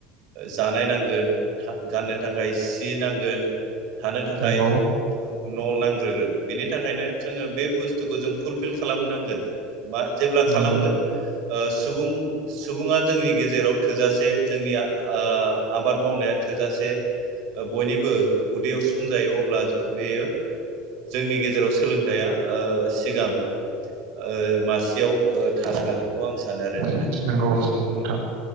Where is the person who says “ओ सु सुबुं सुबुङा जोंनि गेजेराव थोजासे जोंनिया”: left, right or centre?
Right